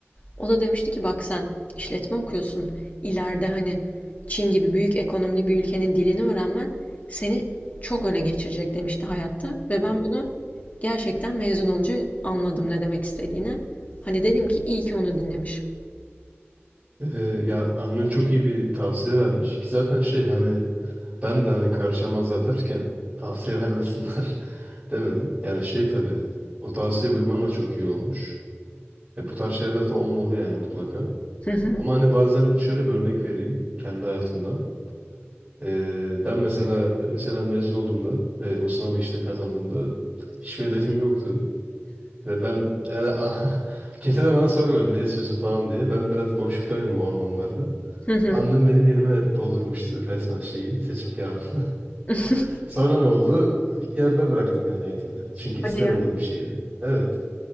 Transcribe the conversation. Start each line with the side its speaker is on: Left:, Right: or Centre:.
Left: O da demişti ki bak sen işletme okuyorsun. İleride hani Çin gibi büyük ekonomili bir ülkenin dilini öğrenmen seni çok öne geçirecek demişti hayatta. Ve
Right: Evet.
Left: ben bunu gerçekten mezun olunca anladım ne demek istediğini. Hani dedim ki iyi ki onu dinlemişim.
Right: Ee, ya annen çok iyi bir tavsiye vermiş ki zaten şey hani ben de hani karışamazlar derken tavsiye vermesinler <laughs> demedim. Yani şey tabii o tavsiye uyman da çok iyi olmuş. E, bu tarz şeyler zaten olmalı yani mutlaka.
Left: Hı hı.
Right: Ama hani bazen şöyle bir örnek vereyim kendi hayatımdan. E, ben mesela liseden mezun olduğumda ve o sınavı işte kazandığımda hiçbir hedefim yoktu. Ve ben yani <laughs> ah, kimse de bana sormadı ne istiyorsun falan diye. Ben biraz boşluktaydım o anlamlarda.
Left: Hı hı.
Right: Annem benim yerime doldurmuştu resmen şeyi, seçim kağıdını.
Left: <laughs>
Right: Sonra ne oldu? Yarıda bıraktım yani eğitimi. Çünkü
Left: Hadi
Right: istemediğim
Left: ya.
Right: bir şeydi. Evet.